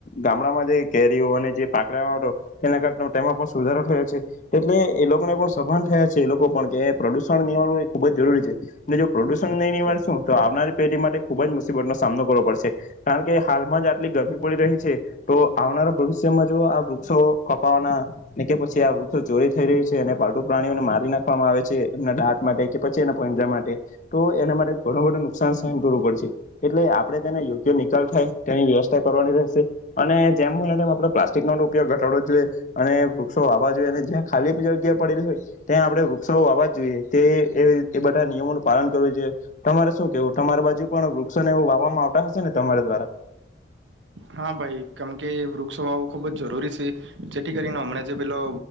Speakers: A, on the left (about 40°); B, on the right (about 80°).
A: ગામડામાં જે કેરીઓ અને જે પાકલેવા આવતો તેના કાર તેમાં પણ સુધારો થયો. છે એટલે એ લોકોને પણ સભાન થયા છે એ લોકો પણ કે પ્રદુષણ નિવારવું એ ખુબ જ જરૂરી છે અને જો પ્રદુષણ નહીં નિવારશું તો આવનારી પેઢી માટે ખુબ જ મુસીબતનો સામનો કરવો પડશે કારણ કે હાલમાં જ આટલી ગરમી પડી રહી છે તો આવનારા ભવિષ્યમાં જો આ સો કોપાવના કે પછી આ વૃક્ષો ચોરી થઈ રહી છે અને પાલટુ પ્રાણીઓને મારી નાખવામાં આવે છે એમના દાંત માટે કે પછી એના પોંજા માટે તો એના માટે ઘણું બું કરવું પડશે એટલે આપણે તેને યોગ્ય નિકાલ થાય તેની વ્યવસ્થા કરવાની રહેશે અને જેમ મ તેમ આપણે પ્લાસ્ટિક નો ઉપયોગ ઘટાડવો જોઈએ અને વૃક્ષો વાવા જોઈએ અને જ્યાં ખાલી જગ્યા પડેલી હોય ત્યાં આપણે વૃક્ષો વાવા જોઈએ તે એ બધા નિયમોનું પાલન કરવું જોઈએ તમારે શું કેવું તમારા બાજુ પણ વૃક્ષોને એવું વાવામાં આવતા હશે ને તમારા દ્વારા
B: હા ભાઈ કેમ કે વૃક્ષો વાવું ખુબ જ જરૂરી છે જેથી કરીને હમ જે પેલો